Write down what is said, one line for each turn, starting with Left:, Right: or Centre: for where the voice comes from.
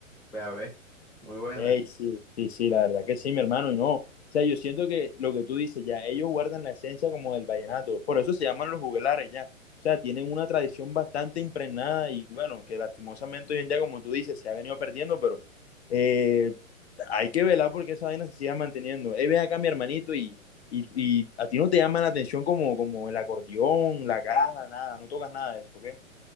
Centre: Ve a ver, muy buena.
Left: Ey, sí, sí, sí, la verdad que sí, mi hermano, y no. O sea, yo siento que lo que tú dices, ya ellos guardan la esencia como del vallenato, por eso se llaman los juglares, ya. O sea, tienen una tradición bastante impregnada y bueno, que lastimosamente hoy en día, como tú dices, se ha venido perdiendo, pero eh, hay que velar porque esa vaina se siga manteniendo. Eh, ven acá, mi hermanito, y, y, y a ti no te llama la atención como, como el acordeón, la caja, nada, no tocas nada de eso, ¿ok?